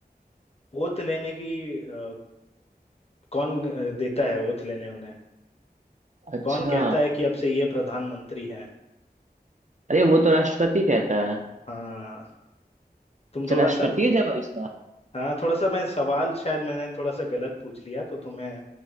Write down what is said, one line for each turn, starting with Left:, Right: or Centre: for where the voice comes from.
Left: ओथ लेने की अ, अ, कौन अ, देता है ओथ लेने उन्हें
Right: अच्छा
Left: कौन कहता है कि अब से ये प्रधानमंत्री हैं
Right: अरे वो तो राष्ट्रपति कहता है
Left: हाँ तुम
Right: अच्छा
Left: थोड़ा
Right: राष्ट्रपति
Left: सा
Right: है जवाब इसका
Left: हाँ थोड़ा सा मैं सवाल शायद मैंने थोड़ा सा गलत पूछ लिया तो तुम्हें